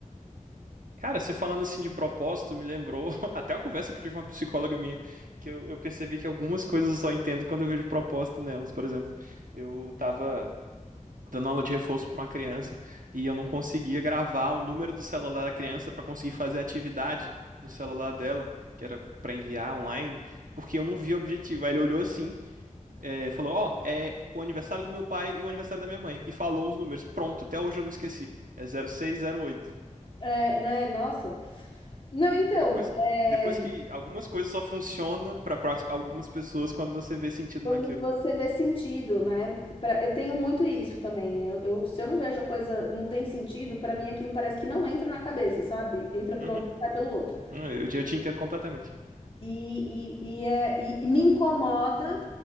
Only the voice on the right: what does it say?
Cara, você falando assim de propósito me lembrou <laughs> até uma conversa que eu tive com uma psicóloga minha, que eu, eu percebi que algumas coisas eu só entendo quando eu vejo propósito nelas. Por exemplo, eu tava dando aula de reforço para uma criança e eu não conseguia gravar o número do celular da criança para conseguir fazer a atividade no celular dela, que era para enviar online, porque eu não vi o objetivo. Aí ele olhou assim, eh, falou: Ó, é o aniversário do meu pai e o aniversário da minha mãe, e falou os números. Pronto, até hoje eu não esqueci. É zero zero seis zero oito
Depois.
Depois que algumas coisas só funcionam para algumas pessoas quando você vê sentido
naquilo.
Uhum.
Eu, te- eu te entendo completamente.